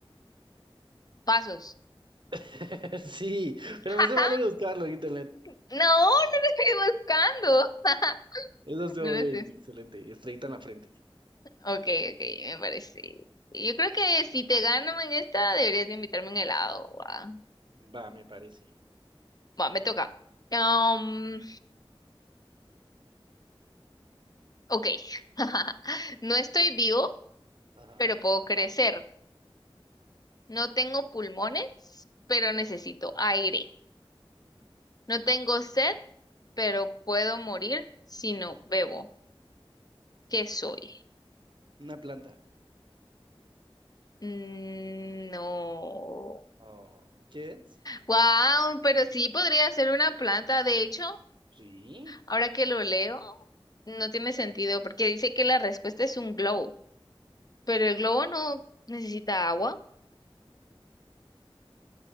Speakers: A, on the left (about 40°); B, on the right (about 55°).
A: pasos.
B: <laughs> Sí, pero
A: <laughs>
B: no se
A: Jaja,
B: vale buscarlo en internet.
A: No, no lo estoy buscando. <laughs>
B: Eso estuvo
A: No lo
B: bien,
A: estoy.
B: excelente. Estrellita en la frente.
A: Ok, ok, me parece. Yo creo que si te gano en esta, deberías de invitarme un helado. Va,
B: Va, me parece.
A: Va, me toca. Um, ok. <laughs> No estoy vivo,
B: Ajá.
A: pero puedo crecer. No tengo pulmones, pero necesito aire. No tengo sed, pero puedo morir si no bebo. ¿Qué soy?
B: Una planta.
A: Mm, No.
B: Oh, ¿qué es?
A: Wow, pero sí podría ser una planta. De hecho,
B: Sí.
A: ahora que lo leo, no tiene sentido porque dice que la respuesta es un globo, pero el globo no necesita agua.